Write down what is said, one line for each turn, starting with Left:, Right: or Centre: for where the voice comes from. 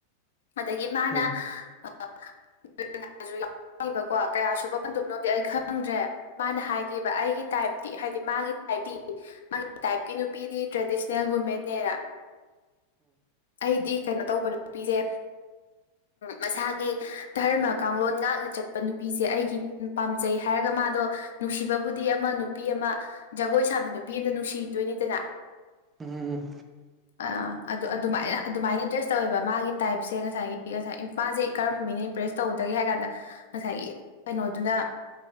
Left: ꯑꯗꯒꯤ ꯃꯥꯅꯕꯀꯣ
Right: ꯎꯝ ꯎꯝ ꯎꯝ
Left: ꯀꯌꯥ ꯁꯨꯕ ꯄꯨꯞꯅꯣ ꯗꯤ ꯑꯩ ꯈꯪꯗ꯭ꯔꯦ ꯃꯥꯅ ꯍꯥꯏꯈꯤꯕ ꯑꯩꯒꯤ ꯇꯥꯏꯞ ꯍꯥꯏꯗꯤ ꯃꯥꯒꯤ ꯇꯥꯏꯞꯇꯤ ꯃꯥꯒꯤ ꯇꯥꯏꯞꯀꯤ ꯅꯨꯄꯤꯗꯤ ꯇ꯭ꯔꯦꯗꯤꯁꯅꯦꯜ ꯋꯨꯃꯦꯟꯅꯦꯅ ꯑꯩꯗꯤ ꯀꯩꯅꯣ ꯇꯧꯕ ꯅꯨꯄꯤꯁꯦ ꯃꯁꯥꯒꯤ ꯙꯔꯃ ꯀꯥꯡꯂꯣꯟ ꯉꯥꯛꯅ ꯆꯠꯄ ꯅꯨꯄꯤꯁꯦ ꯑꯩꯒꯤ ꯄꯥꯝꯖꯩ ꯍꯥꯏꯔꯒ ꯃꯥꯗꯣ ꯅꯨꯡꯁꯤꯕꯕꯨꯗꯤ ꯑꯃ ꯅꯨꯄꯤ ꯑꯃ ꯖꯒꯣꯏ ꯁꯥꯕꯤ ꯅꯨꯄꯤ ꯑꯃꯗ ꯅꯨꯡꯁꯤꯗꯣꯏꯅꯤ ꯗꯅ
Right: ꯎꯝ ꯎꯝ ꯎꯝ
Left: ꯑ ꯑꯗꯨ ꯑꯗꯨꯃꯥꯏꯅ ꯑꯗꯨꯃꯥꯏꯅ ꯗ꯭ꯔꯦꯁ ꯇꯧꯋꯦꯕ ꯃꯥꯒꯤ ꯇꯥꯏꯞꯁꯦ ꯉꯁꯥꯏꯒꯤ ꯉꯁꯥꯏ ꯃꯥꯁꯦ ꯀꯔꯝꯕ ꯃꯤꯅ ꯏꯝꯄ꯭ꯔꯦꯁ ꯇꯧꯒꯗꯒꯦ ꯍꯥꯏ ꯀꯥꯟꯗ ꯉꯁꯥꯏꯒꯤ ꯀꯩꯅꯣꯗꯨꯅ